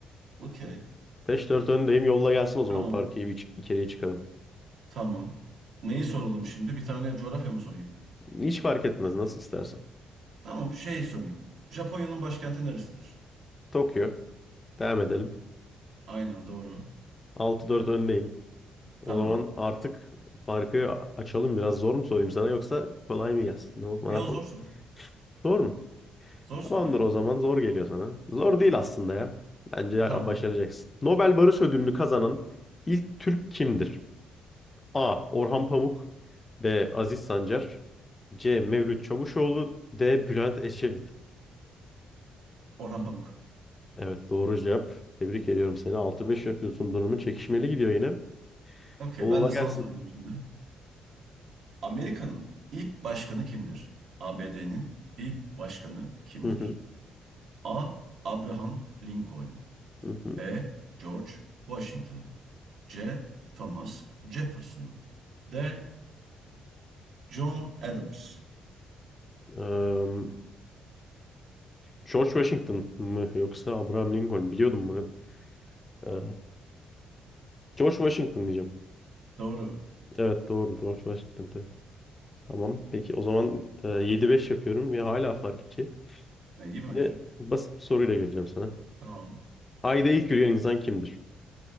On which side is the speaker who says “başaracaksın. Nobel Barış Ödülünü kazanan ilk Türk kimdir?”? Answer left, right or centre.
Left